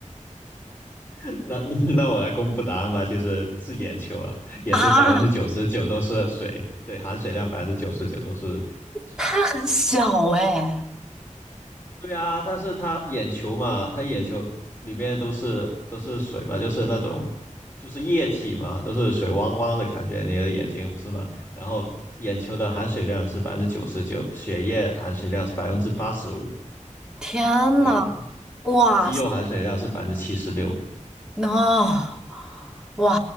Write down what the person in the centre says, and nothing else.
啊，
它很小哎！
天呐，
哇
哦，哇，